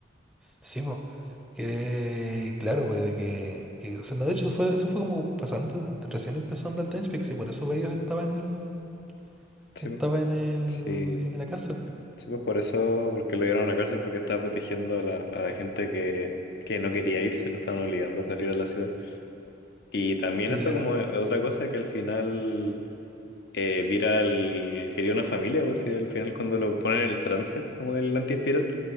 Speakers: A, in the centre; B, on the left.
A: sí, po. Que claro, pues de que, que o sea, no, de hecho fue, eso fue como pasando, recién empezando al Time Speak, y por eso Vega estaba en el,
B: Sí,
A: Estaba
B: pues,
A: en el,
B: sí,
A: en la cárcel, po.
B: sí, pues por eso, porque lo dieron a la cárcel, porque estaba protegiendo a la, a la gente que, que no quería irse, lo estaban obligando a salir a la ciudad. Y también
A: Que
B: eso
A: claro,
B: como otra cosa que al final... eh, Viral quería una familia, o sea al final cuando lo ponen en el trance, como el anti-espiral,